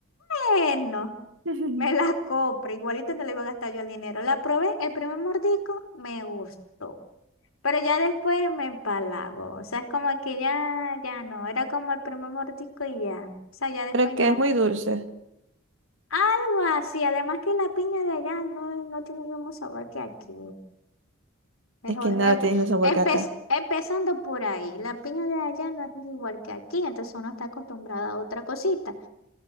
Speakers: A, on the left; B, on the right.
A: bueno.
B: <laughs>
A: Me la compré, igualito no le iba a gastar yo el dinero. La probé, el primer mordisco me gustó, pero ya después me empalago. O sea, es como que ya, ya no, era como el primer mordisco y ya. O sea, ya después
B: Pero que
A: ya.
B: es muy dulce.
A: Algo así, además que la piña de allá no, no tiene el mismo sabor que aquí. Es
B: Es
A: empe-
B: que nada tiene el sabor
A: empe-
B: que acá.
A: empezando por ahí, la piña de allá no es igual que aquí, entonces uno está acostumbrado a otra cosita.